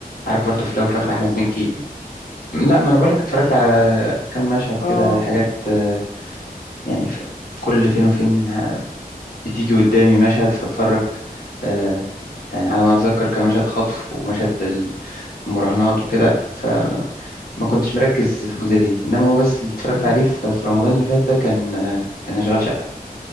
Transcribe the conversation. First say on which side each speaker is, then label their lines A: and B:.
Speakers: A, on the left; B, on the left.
A: عارف برضو في الاول وفي الاخر
B: لا ما
A: احمد
B: انصحكش
A: مكي
B: بيه
A: لا ما انا بقول
B: اه
A: لك اتفرجت
B: يعني
A: على
B: اه,
A: كام مشهد
B: آه
A: كده حاجات آه، يعني في في كل فين وفين ه- بتيجي قدامي مشهد فاتفرج آه، يعني على ما أتذكر كان مشهد خطف ومشهد المراهنات وكده فما كنتش مركز في الجزئية دي إنما هو بس اللي اتفرجت
B: مم،
A: عليه في في رمضان اللي فات ده كان آه، كان أشغال شقة